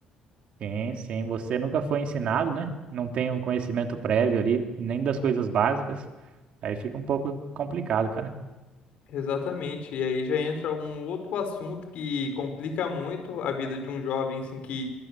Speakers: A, on the right; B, on the left.
A: Sim, sim. Você nunca foi ensinado, né? Não tem um conhecimento prévio ali, nem das coisas básicas. Aí fica um pouco complicado, cara.
B: Exatamente. E aí já entra um outro assunto que complica muito a vida de um jovem, assim, que,